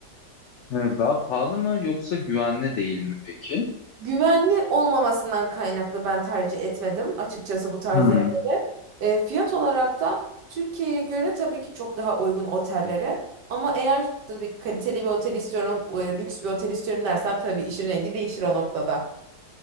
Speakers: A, on the left (about 80°); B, on the right (about 85°).
A: Evet, daha pahalı mı yoksa güvenli değil mi peki?
B: Güvenli olmamasından kaynaklı ben tercih etmedim açıkçası bu tarz
A: Hı.
B: yerleri. E, fiyat olarak da Türkiye'ye göre tabii ki çok daha uygun otellere. Ama eğer tabii kaliteli bir otel istiyorum, e, lüks bir otel istiyorum dersen tabii işin rengi değişir o noktada.